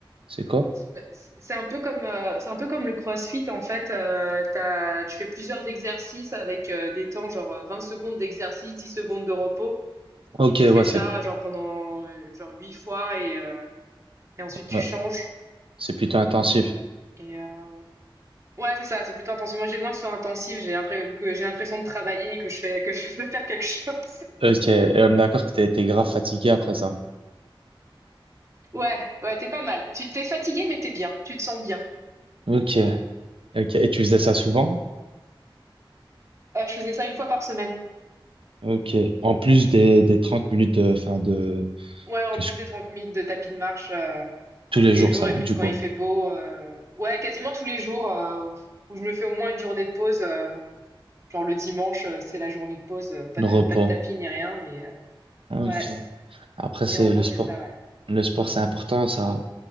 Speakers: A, on the right; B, on the right.
A: C'est quoi?
B: C'est bah, c'est un peu comme, euh, c'est un peu comme le CrossFit en fait. Euh, t'as- tu fais plusieurs exercices avec euh, des temps genre euh, 20 secondes d'exercice, 10 secondes de repos,
A: Ok,
B: et tu fais
A: ouais,
B: ça
A: c'est
B: genre pendant euh, genre 8 fois et, euh, et ensuite tu
A: ouais,
B: changes.
A: c'est plutôt intensif.
B: Et euh, ouais, c'est ça, c'est plutôt intensif. Moi, j'ai besoin que ce soit intensif. J'ai l'impré- que j'ai l'impression de travailler et que je fais que je <laughs> de faire quelque chose.
A: Ok, et on est d'accord que t'as été grave fatigué après ça.
B: Ouais, ouais, t'es pas mal. Tu t'es fatigué, mais t'es bien. Tu te sens bien.
A: Ok, ok. Et tu faisais ça souvent?
B: Euh, je faisais ça une fois par semaine.
A: Ok. En plus des, des 30 minutes de, enfin de,
B: Ouais, en
A: de
B: plus
A: ce-
B: des 30 minutes de tapis de marche euh,
A: tous
B: tous
A: les
B: les
A: jours,
B: jours.
A: ça,
B: Et puis
A: du
B: quand
A: coup,
B: il fait beau, euh, ouais, quasiment tous les jours euh, où je me fais au moins une journée de pause. euh, genre le dimanche, euh, c'est la journée de pause. euh, pas
A: le
B: de
A: repos.
B: pas de tapis ni rien, mais euh,
A: Ok.
B: ouais.
A: Après, c'est
B: Mais en gros,
A: le sport.
B: c'est ça. Ouais.
A: Le sport, c'est important, ça.